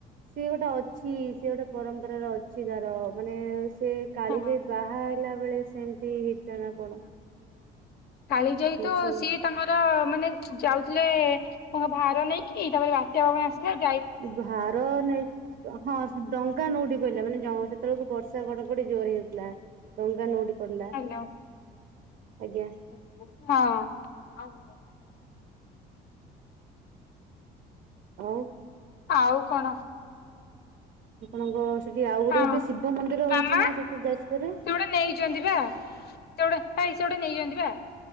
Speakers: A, on the right; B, on the left.
A: ସିଏ ଗୋଟେ ଅଛି ସେ ଗୋଟେ ପରମ୍ପରାର ଅଛି ତାର ମାନେ ସେ କାଳିଯାଇ
B: ହଁ
A: ବା ହା ଖାଇଲା ବେଳେ ସେମିତି ଜଣା ପ
B: କାଳିଯାଇ ତ
A: ସେ
B: ସିଏ ତାଙ୍କର ତ ମାନେ ଯାଉଥିଲେ ତାଙ୍କ ଭାର ନେଇକି ତାପରେ ବା ତମେ ଆସିଲାଠୁ
A: ଭାର ନେଇକି ହଁ। ଡଙ୍ଗା ନୋଉଟି ପଇଲା ମାନେ ସେତେ ବେଳକୁ ବର୍ଷା ଘଡ଼ ଘଡ଼ି ଯୋରେ ହଉଥିଲା ଡଙ୍ଗା ନୋଉଟି ପଡିଲା
B: ହାଲୋ
A: ଆଜ୍ଞା।
B: ହଁ।
A: ଆଉ
B: ଆଉ କଣ
A: ଅହ ସେଠି ଆଉ ଗୋଟେ
B: ହଁ
A: ଏବେ ଶିବ ମନ୍ଦିର
B: ମାମା
A: ହୋଉଛି ନା ସେଠି ଯାଜପୁରରେ?
B: ସେ ଗୋଟେ ନେଇଛନ୍ତି ପା ସେ ଏ ଗଟେ ନେଇଛନ୍ତି ବା